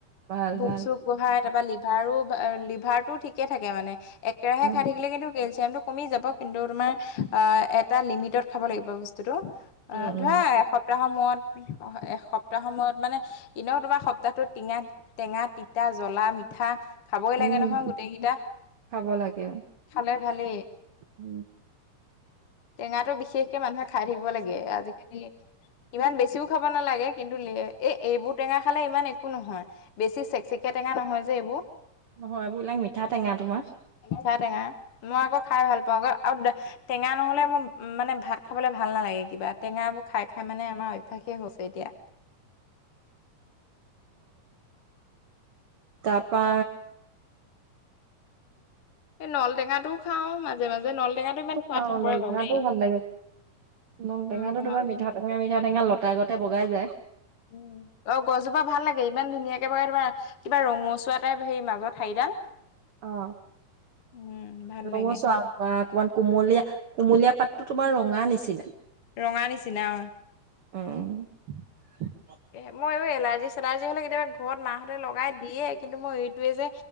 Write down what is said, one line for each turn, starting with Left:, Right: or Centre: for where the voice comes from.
Right: ভাল
Left: ভোক
Right: ভাল।
Left: চোক বঢ়াই তা পা লিভাৰো লিভাৰটো ঠিকে থাকে মানে। একেৰাহে
Right: উম
Left: খাই থাকিলে কিন্তু কেলচিয়ামটো কমি যাব কিন্তু তোমাৰ এটা লিমিটত খাব লাগিব বস্তুটো। অ
Right: উম
Left: ধৰা
Right: উম
Left: এস- মূৰত একসপ্তাহত মূৰত মানে এনেও তোমাৰ সপ্তাহটোত টিঙা টেঙা তিতা জ- জ্বলা মিঠা খাবই
Right: উম
Left: লাগে নহয় গোটেইকেইটা
Right: খাব লাগে
Left: খালে ভালেই।
Right: উম।
Left: টেঙাটো বিশেষকে মানুহে খাই থাকিব লাগে আজিকালি ইমান বেছিও খাব নালাগে কি- কিন্তু এ এইবোৰ টেঙা খালে ইমান একো নহয়, বেছি চেকচেকীয়া টেঙা নহয় যে এইবোৰ।
Right: নহয় এইববিলাক মিঠা টেঙা তোমাৰ।
Left: মিঠা টেঙা মই আকৌ খাই ভাল পাওঁ আক। আৰু টেঙা নহ'লে মোৰ মানে ভাত খাবলৈ ভাল নালাগে কিবা টেঙাবোৰ খাই খাই মানে আমাৰ অভ্যাসেই হৈছে এতিয়া।
Right: তাপা
Left: এই নল টেঙাটোও খাও মাজে মাজে নল টেঙাটো ইমান খোৱাত
Right: খাওঁ
Left: নপৰে
Right: নল টেঙাটোও
Left: বাৰু দেই।
Right: ভাল লাগে। নল টেঙাটো
Left: উম নল
Right: তোমাৰ মিঠা টেঙা মিঠা টেঙা লতাগতে বগাই যায়।
Left: উ অ গছজোপা ভাল লাগে ইমান ধুনীয়াকে বগাই তোমাৰ কিবা ৰঙচুৱা টাইপ সেই মাজৰ ঠাৰিডাল।
Right: অ
Left: উম ভাল
Right: ৰঙচোৱা
Left: লাগে
Right: অকণমান কুমলীয়া কুমলীয়া পাতটো তোমাৰ ৰঙা নিচিনা।
Left: ৰঙা নিচিনা অ।
Right: অও
Left: এ মই এলাৰ্জি চেলাৰ্জি হলে কেতিয়াবা ঘৰত মাহঁতে লগাই দিয়ে। কিন্তু মই এইটোয়ে যে